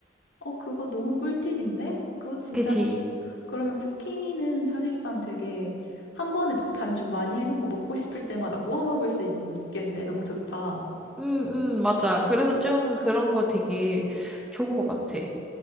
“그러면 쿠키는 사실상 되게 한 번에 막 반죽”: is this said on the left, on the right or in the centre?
Left